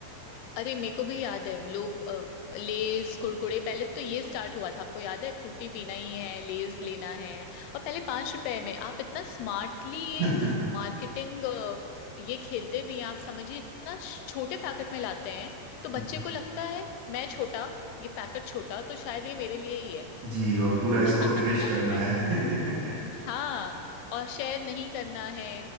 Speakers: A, on the left (about 80°); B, on the right (about 85°).
A: अरे मेरे को भी याद है लोग अ, लेस कुरकुरे पहले तो ये स्टार्ट हुआ था आपको याद है फ्रूटी पीना ही है लेस लेना है और पहले पांच रुपए में आप इतना स्मार्टली ये
B: <laughs>
A: मार्केटिंग ये खेलते भी हैं आप समझिए इतना श- छोटे पैकेट में लाते हैं तो
B: जी
A: बच्चे को लगता है मैं छोटा ये पैकेट छोटा तो शायद ये मेरे लिए ही है
B: जी, और पूरा इसको
A: <laughs>
B: फिनिश करना है <laughs>
A: हाँ और शेयर नहीं करना है